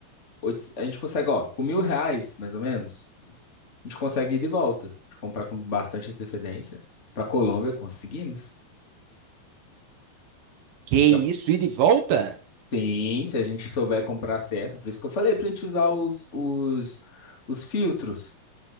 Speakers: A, on the left; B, on the right.
A: oito- a gente consegue, ó, com mil reais, mais ou menos, a gente consegue ir de volta. comprar com bastante antecedência. Para Colômbia, conseguimos.
B: Que
A: Fica...
B: isso, ida e volta?
A: Sim, se a gente souber comprar certo. Por isso que eu falei para a gente usar os, os, os filtros.